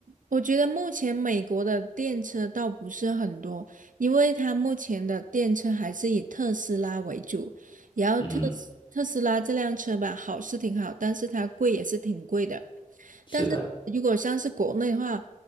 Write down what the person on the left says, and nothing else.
嗯，
是的，